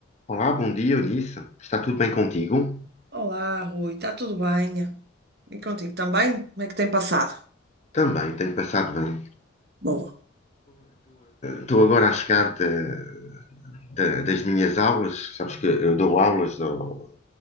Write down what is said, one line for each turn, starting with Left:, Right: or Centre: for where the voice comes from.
Left: Olá, bom dia, Eunice. Está tudo bem contigo?
Right: Olá, Rui, está tudo bem? E contigo também? Como é que tem passado?
Left: Também, tenho passado bem.
Right: Boa.
Left: Estou agora a chegar de- de- das minhas aulas. Sabes que eu dou aulas, dou-